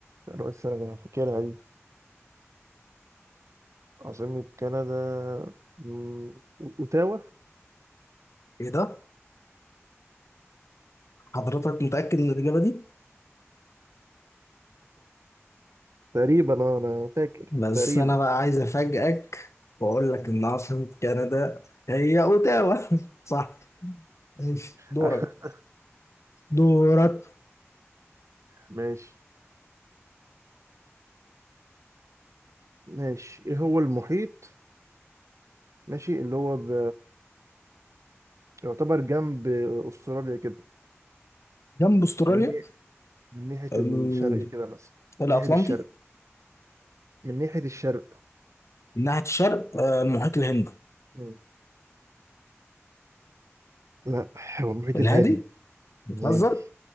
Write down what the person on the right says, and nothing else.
أنا قلت أنا فاكرها دي عاصمة كندا مم، أوتاوا
تقريبا آه، أنا فاكر
تقريبا
<laughs>
ماشي ماشي إيه هو المحيط ماشي اللي هو ب... يعتبر جنب أستراليا كده
من ناحية من ناحية
الشرق كده مثلا
من ناحية الشرق من ناحية الشرق
مم. لا هو المحيط
الهادي
نادي